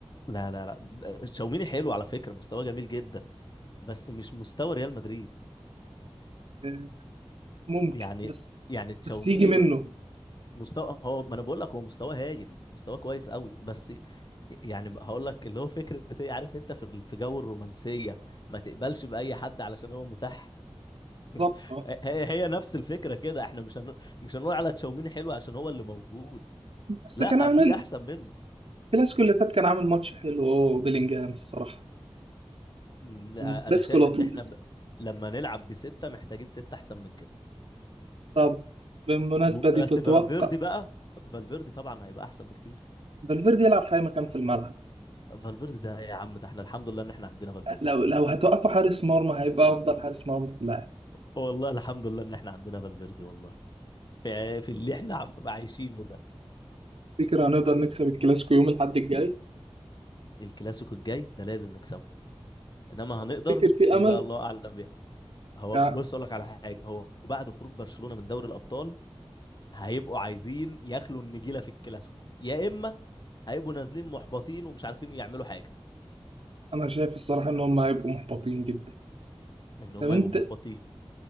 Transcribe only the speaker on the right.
آه ممكن
بس
بس يجي منه
بالظبط اه
بس
كان عامل
الكلاسيكو اللي فات كان عامل ماتش حلو اه بيلينجهام الصراحة
كان كلاسيكو
لطيف
طب بالمناسبة
دي تتوقع
فالفيردي يلعب في اي مكان في الملعب
لو لو هتوقفه حارس مرمى هيبقى افضل حارس مرمى في اللاعب
فكر هنقدر نكسب الكلاسيكو يوم الاحد الجاي
فكر في
امل
يعني
انا شايف الصراحه ان هم هيبقوا محبطين جدا
طب انت